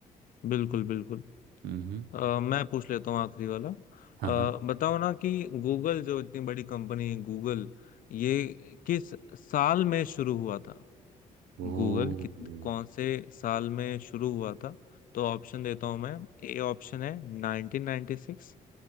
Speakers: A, on the left; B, on the right.
A: बिल्कुल बिल्कुल
B: हम्म हम्म,
A: अ, मैं पूछ लेता हूँ आखिरी वाला अ,
B: हाँ हाँ
A: बताओ ना कि गूगल जो इतनी बड़ी कंपनी है गूगल ये किस साल में शुरू हुआ था गूगल
B: ओ
A: कित
B: हम्म
A: कौन से साल में शुरू हुआ था तो ऑप्शन देता हूँ मैं ए ऑप्शन है 1996